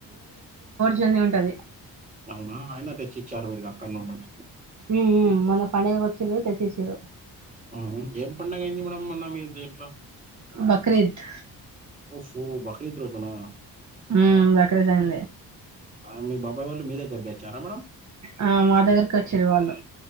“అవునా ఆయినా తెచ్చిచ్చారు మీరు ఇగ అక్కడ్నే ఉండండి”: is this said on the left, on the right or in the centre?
Right